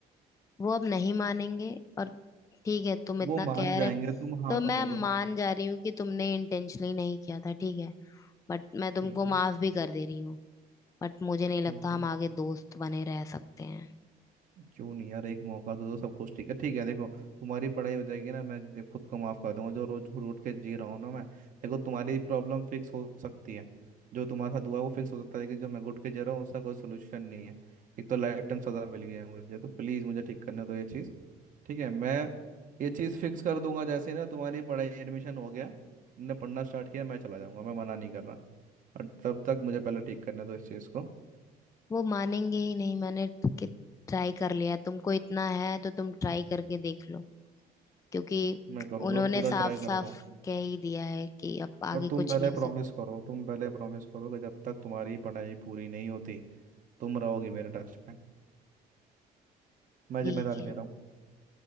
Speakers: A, on the left; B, on the right.
A: वो अब नहीं मानेंगे और ठीक है तुम
B: वो
A: इतना
B: मान
A: कह
B: जाएंगे
A: रहे
B: तुम हाँ
A: तो
B: तो
A: मैं
B: बोलो
A: मान जा रही हूँ कि तुमने इंटेंशनली नहीं किया था ठीक है बट मैं तुमको
B: ठीक है
A: माफ भी कर दे रही हूँ बट मुझे नहीं लगता
B: ठीक है
A: हम आगे दोस्त बने रह सकते हैं
B: क्यों नहीं यार एक मौका तो दो सब कुछ ठीक है ठीक है देखो तुम्हारी पढ़ाई हो जाएगी ना मैं दे- खुद को माफ कर दूंगा जो रोज घूट घूट के जी रहा हूँ ना मैं देखो तुम्हारी प्रॉब्लम फिक्स हो सकती है जो तुम्हारे साथ हुआ है वो फिक्स हो सकता है लेकिन जो मैं घुट के जी रहा हूँ उसका कोई सोल्यूशन नहीं है एक तो लाइफ टाइम सजा मिल गया है मुझे तो प्लीज मुझे ठीक करने दो ये चीज ठीक है मैं ये चीज फिक्स कर दूंगा जैसे ही ना तुम्हारी पढ़ाई एडमिशन हो गया तुमने पढ़ना स्टार्ट किया मैं चला जाऊंगा मैं मना नहीं कर रहा और तब तक मुझे पहले ठीक करने दो इस चीज को
A: वो मानेंगे ही नहीं मैंने ट्राई कर लिया तुमको इतना है तो तुम ट्राई करके देख लो क्योंकि
B: मैं करूंगा
A: उन्होंने
B: पूरा
A: साफ
B: ट्राई
A: साफ
B: करूंगा
A: कह ही दिया है कि अब आगे
B: और तुम
A: कुछ
B: पहले
A: नहीं हो
B: प्रॉमिस
A: सकता
B: करो तुम पहले प्रॉमिस करो कि जब तक तुम्हारी पढ़ाई पूरी नहीं होती तुम रहोगी मेरे टच में मैं
A: ठीक
B: जिम्मेदारी
A: है
B: ले रहा हूँ